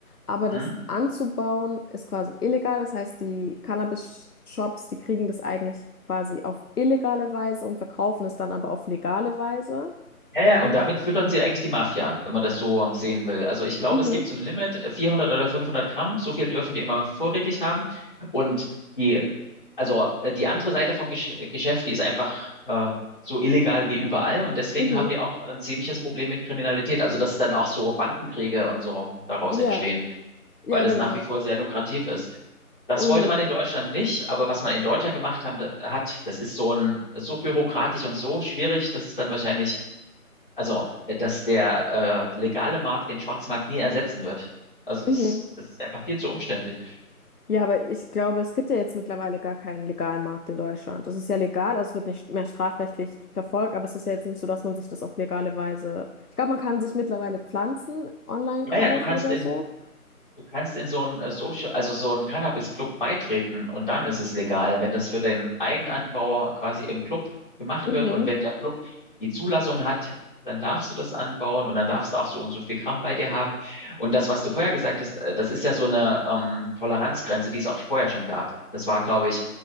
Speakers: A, on the left; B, on the left.
A: Aber das
B: Hm?
A: anzubauen ist quasi illegal. Das heißt, die Cannabis-Shops, die kriegen das eigentlich quasi auf illegale Weise und verkaufen es dann aber auf legale Weise.
B: Ja, ja, und damit füttern sie eigentlich die Mafia, wenn man das so sehen will. Also ich glaube,
A: Mhm,
B: es gibt so ein Limit, äh, 400 oder 500 Gramm, so viel dürfen die immer vorrätig haben. Und die, also äh, die andere Seite vom Gesch äh, Geschäft, die ist einfach äh, so illegal wie überall. Und deswegen
A: mhm.
B: haben die auch ein ziemliches Problem mit Kriminalität. Also dass dann auch so Bandenkriege und so daraus entstehen,
A: Ja, ja,
B: weil das
A: genau.
B: nach wie vor sehr lukrativ ist. Das
A: Und
B: wollte man in Deutschland nicht, aber was man in Deutschland gemacht haben, da- hat, das ist so ein, so bürokratisch und so schwierig, dass es dann wahrscheinlich also, äh, dass der äh, legale Markt den Schwarzmarkt nie ersetzen wird. Also das,
A: mhm.
B: das ist einfach viel zu umständlich.
A: Ja, aber ich glaube, es gibt ja jetzt mittlerweile gar keinen legalen Markt in Deutschland. Das ist ja legal, also es wird nicht mehr strafrechtlich verfolgt, aber es ist ja jetzt nicht so, dass man sich das auf legale Weise. Ich glaube, man kann sich mittlerweile Pflanzen online
B: Ja,
A: kaufen
B: ja, du kannst
A: oder
B: in
A: so.
B: Du kannst in so einen äh, Social, also so einen Cannabis-Club beitreten und dann ist es legal, wenn das für den Eigenanbauer quasi im Club gemacht
A: Mhm.
B: wird und wenn der Club die Zulassung hat, dann darfst du das anbauen und dann darfst du auch so und so viel Gramm bei dir haben. Und das, was du vorher gesagt hast, äh, das ist ja so eine ähm, Toleranzgrenze, die es auch vorher schon gab. Das war, glaube ich,